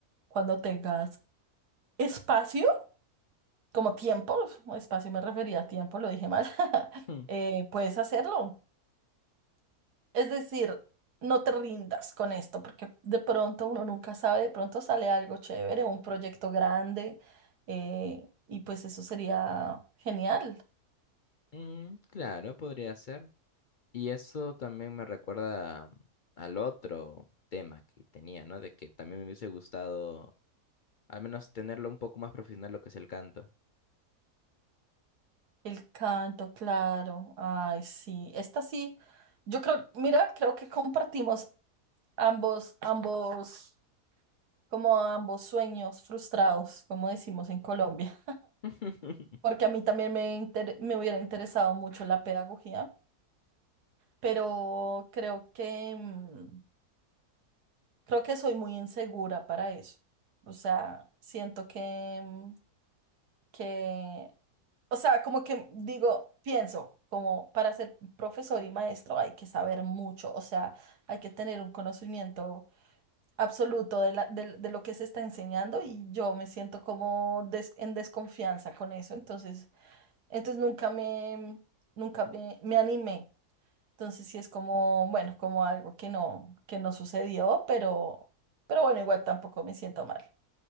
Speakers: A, on the right; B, on the left.
A: cuando tengas espacio, como tiempo, espacio me refería a tiempo, lo dije mal, <laughs>
B: Mm,
A: eh, puedes hacerlo. Es decir, no te rindas con esto, porque de pronto uno nunca sabe, de pronto sale algo chévere, un proyecto grande, eh, y pues eso sería genial.
B: mm, claro, podría ser. Y eso también me recuerda al otro tema que tenía, ¿no? De que también me hubiese gustado al menos tenerlo un poco más profesional lo que es el canto.
A: El canto, claro. Ay, sí. Esta sí, yo creo, mira, creo que compartimos ambos, ambos, como ambos sueños frustrados, como decimos en Colombia,
B: <laughs>
A: porque a mí también me, inter- me hubiera interesado mucho la pedagogía, pero creo que... mm, Creo que soy muy insegura para eso. O sea, siento que, mm, que, o sea, como que digo, pienso, como para ser profesor y maestro hay que saber mucho, o sea, hay que tener un conocimiento absoluto de, la- de, de lo que se está enseñando y yo me siento como des- en desconfianza con eso, entonces, entonces nunca me, nunca me, me animé. Entonces sí es como, bueno, como algo que no, que no sucedió, pero, pero bueno, igual tampoco me siento mal.